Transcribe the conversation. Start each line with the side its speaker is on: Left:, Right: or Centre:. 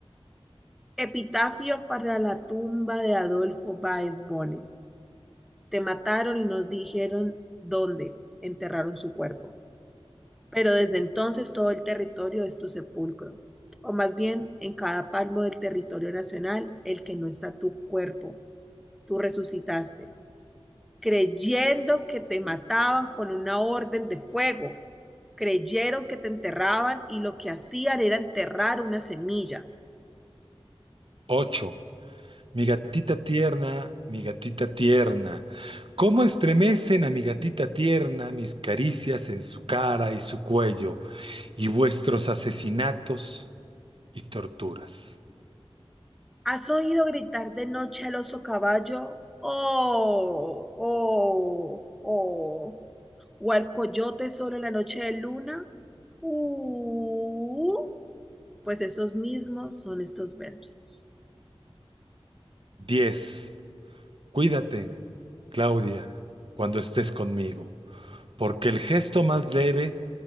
Centre: Epitafio para la tumba de Adolfo Baez Bonnell. Te mataron y nos dijeron dónde enterraron su cuerpo. Pero desde entonces todo el territorio es tu sepulcro. O más bien, en cada palmo del territorio nacional, el que no está tu cuerpo, tú resucitaste, creyendo que te mataban con una orden de fuego. Creyeron que te enterraban y lo que hacían era enterrar una semilla.
Right: 8. Mi gatita tierna, mi gatita tierna, cómo estremecen a mi gatita tierna mis caricias en su cara y su cuello, y vuestros asesinatos y torturas.
Centre: ¿Has oído gritar de noche al oso caballo? Oh, oh, oh. o al coyote solo en la noche de luna, uh, pues esos mismos son estos versos.
Right: 10, Cuídate, Claudia, cuando estés conmigo, porque el gesto más leve,